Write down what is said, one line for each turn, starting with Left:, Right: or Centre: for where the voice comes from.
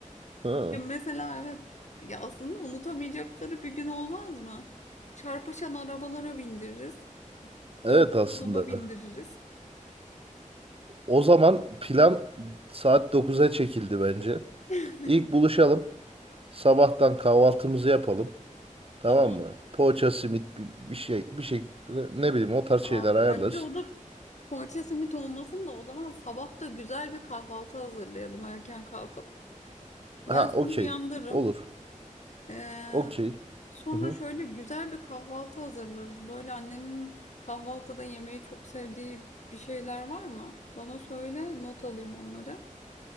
Right: Ha.
Left: Ya mesela evet ya aslında unutamayacakları bir gün olmaz mı? Çarpışan arabalara bindiririz.
Right: Evet
Left: Dönme
Right: aslında.
Left: dolaba bindiririz.
Right: O zaman plan saat 9'a çekildi bence.
Left: <laughs>
Right: İlk buluşalım. Sabahtan kahvaltımızı yapalım.
Left: Tamam.
Right: Tamam mı? Poğaça, simit bir, bir şey bir şekilde ne bileyim o tarz şeyler
Left: Aa,
Right: ayarlarız.
Left: bence o da poğaça simit olmasın da o zaman sabah da güzel bir kahvaltı hazırlayalım erken kalkıp.
Right: Ha
Left: Ben seni
Right: okey.
Left: uyandırırım.
Right: Olur.
Left: Ee,
Right: Okey.
Left: sonra
Right: Hı hı.
Left: şöyle güzel bir kahvaltı hazırlarız. Böyle annenin kahvaltıda yemeği çok sevdiği bir şeyler var mı? Bana söyle not alayım onları.